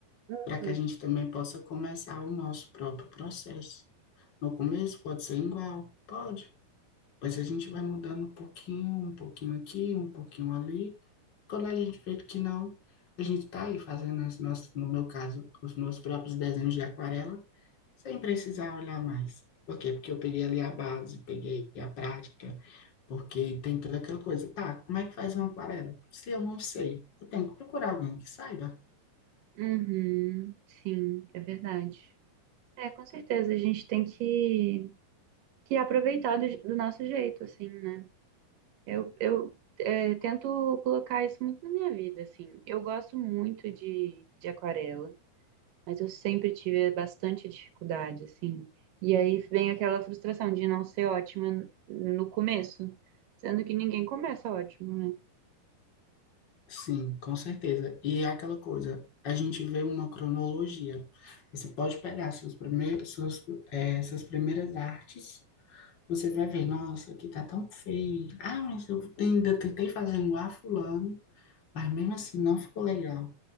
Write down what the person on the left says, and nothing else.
para que a gente também possa começar o nosso próprio processo. No começo pode ser igual, pode. Mas a gente vai mudando um pouquinho, um pouquinho aqui, um pouquinho ali. Quando a gente vê que não, a gente está aí fazendo as nossas, no meu caso, os meus próprios desenhos de aquarela, sem precisar olhar mais. Por quê? Porque eu peguei ali a base, peguei a prática, porque tem toda aquela coisa. Tá, como é que faz uma aquarela? Se eu não sei, eu tenho que procurar alguém que saiba.
Sim, com certeza. E é aquela coisa, a gente vê uma cronologia. Você pode pegar suas primeiras, suas, eh, suas primeiras artes, você vai ver, nossa, aqui tá tão feio. Ah, mas eu te- ainda tentei fazer igual a fulano, mas mesmo assim não ficou legal.